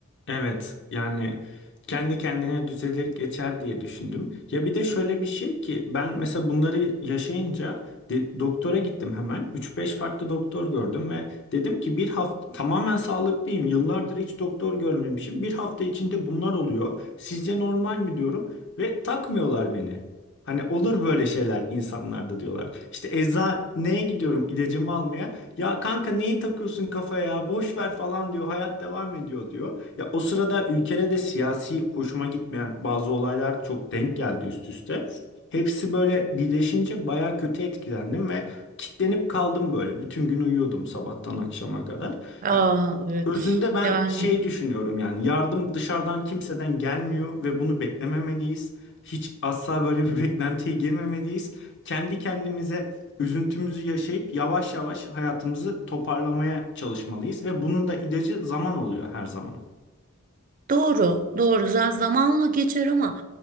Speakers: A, on the left; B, on the right.
A: Evet yani kendi kendine düzelir geçer diye düşündüm. Ya bir de şöyle bir şey ki ben mesela bunları yaşayınca de- doktora gittim hemen. üç beş farklı doktor gördüm ve dedim ki bir hafta tamamen sağlıklıyım. Yıllardır hiç doktor görmemişim. Bir hafta içinde bunlar oluyor. Sizce normal mi diyorum ve takmıyorlar beni. Hani olur böyle şeyler insanlarda diyorlar. İşte eczaneye gidiyorum ilacımı almaya. Ya kanka neyi takıyorsun kafaya ya boş ver falan diyor. Hayat devam ediyor diyor. Ya o sırada ülkede de siyasi hoşuma gitmeyen bazı olaylar çok denk geldi üst üste. Hepsi böyle birleşince baya kötü etkilendim ve kitlenip kaldım böyle. Bütün gün uyuyordum sabahtan akşama kadar.
B: Aa
A: Ya
B: evet.
A: özünde ben
B: Yani.
A: şey düşünüyorum yani yardım dışarıdan kimseden gelmiyor ve bunu beklememeliyiz. Hiç asla böyle bir <laughs> beklentiye girmemeliyiz. Kendi kendimize üzüntümüzü yaşayıp yavaş yavaş hayatımızı toparlamaya çalışmalıyız ve bunun da ilacı zaman oluyor her zaman.
B: Doğru, doğru. Z- Zamanla geçer ama